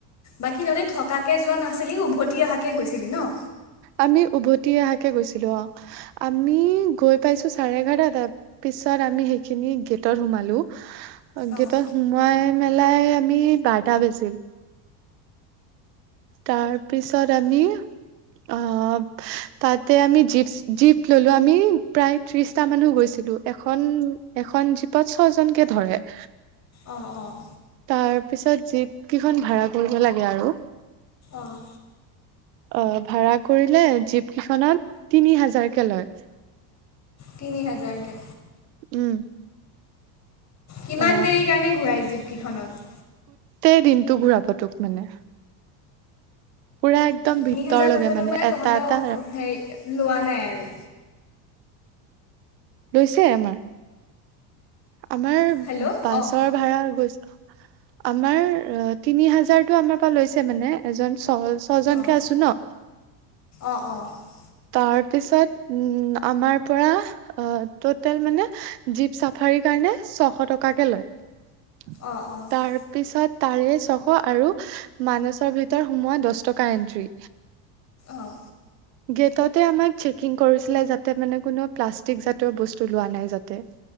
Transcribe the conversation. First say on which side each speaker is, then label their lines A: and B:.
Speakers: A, on the left; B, on the right.
A: বাকী যদি থকাকে যোৱা নহয় আছিলি উভতি অহাকে গৈছিলি নহ
B: আমি উভতি অহাকে গৈছিলো অহ আমি গৈ পাইছো চাৰে এঘাৰটাৰ পিছত আমি সেইখিনি গেটত সোমালো
A: অঁ
B: গেটত সোমাই মেলাই আমি বাৰটা বাজিল। তাৰ পিছত আমি অহ তাতে আমি জীপ জীপ ললো আমি প্ৰায় ত্ৰিশটা মানুহ গৈছিলো এখন এখন জীপত ছয় জনকে ধৰে
A: অহ অহ
B: তাৰ পিছত জীপ কেইখন ভাড়া কৰিব লাগে আৰু
A: অঁ
B: অহ ভাড়া কৰিলে জীপ কেইখনত তিনি হাজাৰকে লয়।
A: তিনি হাজাৰ যে
B: উম
A: কিমান
B: অ
A: দেৰি কাৰণে ঘূৰাই যীপ কেইখনত
B: তেহ দিনটো ঘূৰাব টোক মানে পুৰা একদম
A: তিনি
B: ভিতৰলৈকে
A: হাজাৰ পইচাটো মানে
B: এটা
A: তহঁতৰ
B: এটা
A: হে লোৱা নাই আৰু
B: লৈছে আমাৰ আমাৰ
A: হেল্ল'
B: বাছৰ
A: অঁ
B: ভাড়া গৈছে আমাৰ, অ তিনি হাজাৰতটো আমাৰ পৰা লৈছে মানে, এজন ছ ছয় জনকে
A: অঁ
B: আছো ন,
A: অঁ অঁ
B: তাৰ তাৰ পিছত, উম আমাৰ পৰা, অ' টটেল মানে জীপ চাফাৰী সেইকাৰণে চ এশ টকাকে লয়।
A: অঁ অঁ
B: তাৰ পিছত তাৰে ছশ, আৰু মানচৰ ভিতৰত সোমোৱা দহ টকা এন্ট্ৰি
A: অঁ
B: গেটত আমাক চেকিং কৰিছিলে যাতে মানে কোনেও প্লাষ্টিক যাতিয় বস্তু লোৱা নায় যাতে।